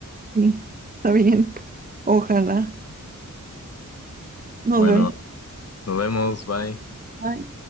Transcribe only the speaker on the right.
sí, está bien, ojalá, nos
vemos.
Bye.